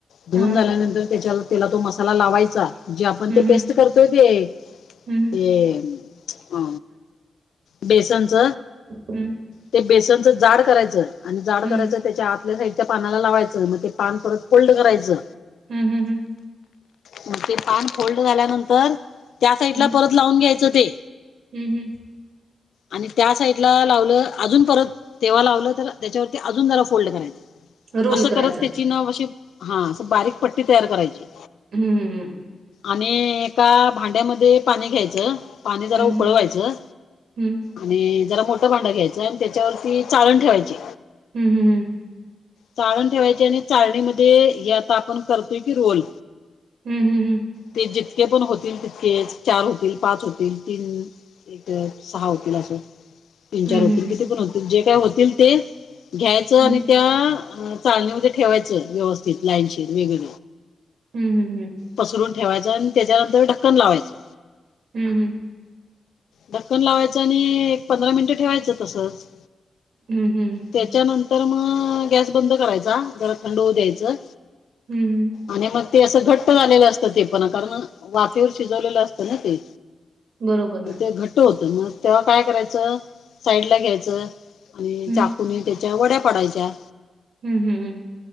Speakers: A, on the left; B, on the right.
A: धुऊन
B: हा
A: झाल्यानंतर त्याच्या तेला तो मसाला लावायचा जे आपण
B: हम्म
A: ते पेस्ट
B: हम्म
A: करतोय ते ते
B: हम्म
A: अ बेसनच
B: ह्
A: ते बेसनचं जाड करायचं आणि जाड
B: हम्म
A: करायच त्याच्या आतल्या साईडच्या पानाला लावायचं मग ते पान परत फोल्ड करायचं
B: हम् हम हम
A: मग ते पान फोल्ड झाल्यानंतर त्या साईड
B: हम्म
A: ला परत लावून घ्यायचं ते
B: हम्म हम्म
A: आणि त्या साईडला लावलं अजून परत तेव्हा लावलं तर त्याच्यावरती अजून जरा फोल्ड करायचं
B: रोल
A: असं
B: करायचा
A: करत त्याची ना अशी हा अस बारीक पट्टी तयार करायची
B: हम्म हमम
A: आणि एका भांड्यामध्ये पाणी घ्यायचं पाणी जरा
B: हम्म
A: उकळवायचं
B: हम्म
A: आणि जरा मोठं भांडं घ्यायचं आणि त्याच्यावरती चाळण ठेवायची
B: हम् हम् हम
A: चाळण ठेवायची आणि चाळणीमध्ये हे आता आपण करतोय की रोल
B: हम् हम् हम
A: ते जितके पण होतील तितके चार होतील पाच होतील तीन एक सहा वकिला असं तीन
B: हम्म
A: चार
B: हम्म
A: होतील
B: हम्म
A: किती पण होतील जे काय होतील ते घ्यायचं
B: हम्म
A: आणि त्या चालणीमध्ये ठेवायचं व्यवस्थित लाईनशीर वेगळे
B: हम् हम् हम
A: पसरून ठेवायचं आणि त्याच्यानंतर ढक्कन लावायचं
B: हम् हम्
A: ढक्कन लावायचं आणि एक पंधरा मिनिटं ठेवायचं तसंच
B: हम्म. हम्म.
A: त्याच्यानंतर मग गॅस बंद करायचा. जरा थंड होऊ द्यायचं.
B: हम्म.
A: आणि मग ते असं घट्ट झालेलं असतं ते पण कारण, वाफेवर शिजवलेलं असतं ना ते.
B: बरोबर ना
A: घट होत मग तेव्हा काय करायच साईड ला घ्यायचं आणि
B: हम्म
A: चाकून ते वड्या पडायच्या.
B: हम् हम् हम